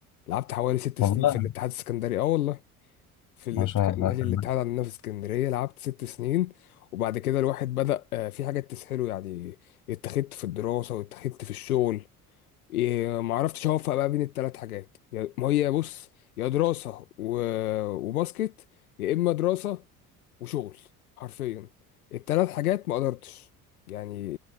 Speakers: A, on the left; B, on the left.
A: لعبت حوالي ست
B: والله
A: سنين في الاتحاد السكندري اه والله في الاتحاد
B: ما شاء الله
A: نادي
B: كمان
A: الاتحاد عندنا في اسكندرية لعبت ست سنين وبعد كده الواحد بدأ آه، في حاجات تسهله يعني اتخذت في الدراسة واتخذت في الشغل إيه، ما عرفتش اوفق بقى بين الثلاث حاجات يا- ما هي بص يا دراسة و- وباسكت يا اما دراسة وشغل حرفيا الثلاث حاجات ما قدرتش يعني